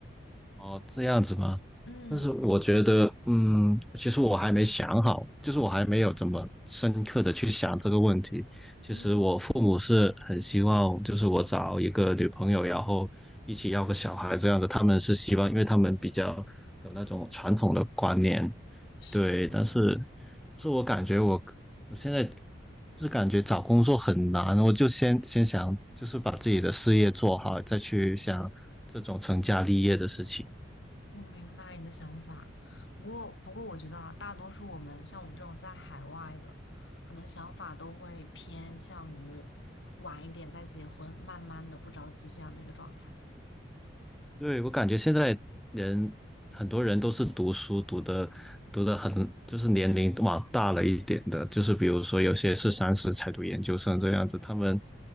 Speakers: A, in the centre; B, on the left.
A: 哦，这样子吗？
B: 嗯。
A: 但是我觉得，嗯，其实我还没想好，就是我还没有怎么深刻的去想这个问题。其实我父母是很希望，
B: 嗯，
A: 就是我找一个女朋友，然后一起要个小孩这样子。他们是希望，因为他们比较有那种传统的观念，
B: 是
A: 对。但是，是我感觉我我现在就是感觉找工作很难，我就先先想，就是把自己的事业做好，再去想这种成家立业的事情。
B: 我明白你的想法，不过不过我觉得啊，大多数我们像我们这种在海外的，可能想法都会偏向于晚一点再结婚，慢慢的不着急这样的一个状态。
A: 对，我感觉现在人很多人都是读书读的读的很，就是年龄往大了一点的，就是比如说有些是三十才读研究生这样子，他们